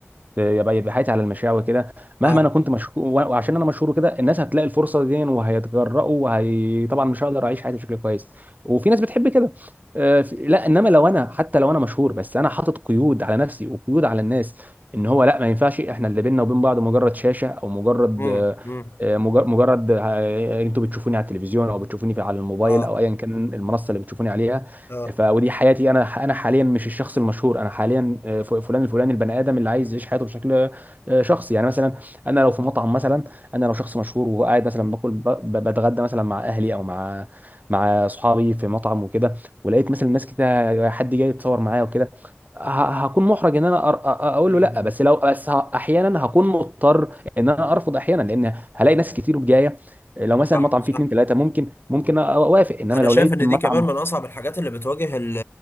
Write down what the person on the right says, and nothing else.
ت- يبقى يبقى حياتي على المشاع وكده مهما
انا كنت مشهور و- وعشان انا مشهور وكده الناس هتلاقي الفرصة دي وهيتجرأوا وهي طبعا مش هقدر اعيش حياتي بشكل كويس وفي ناس بتحب كده آه، في- لا انما لو انا حتى لو انا مشهور بس انا حاطط قيود على نفسي وقيود على الناس ان هو لا ما ينفعش احنا اللي بيننا وبين بعض مجرد شاشه او مجرد
آه،
آه، مج- مجرد آه، انتوا بتشوفوني على التلفزيون او بتشوفوني في على الموبايل
او ايا كان المنصه اللي بتشوفوني عليها
ف ودي حياتي انا انا حاليا مش الشخص المشهور انا حاليا آه، ف- فلان الفلاني البني ادم اللي عايز يعيش حياته بشكل آه، شخصي يعني مثلا انا لو في مطعم مثلا انا لو شخص مشهور وقاعد مثلا باكل ب- ب- بتغدى مثلا مع اهلي او مع مع اصحابي في مطعم وكده ولقيت مثلا ناس كده حد جاي يتصور معايا وكده ه- هكون محرج ان انا أر- أ- أ- اقول
له لا
بس لو بس ه- احيانا هكون مضطر ان انا ارفض احيانا لان هلاقي ناس كتير جايه لو مثلا
المطعم
فيه اتنين تلاته ممكن ممكن أ- اوافق انما
لو
لقيت
المطعم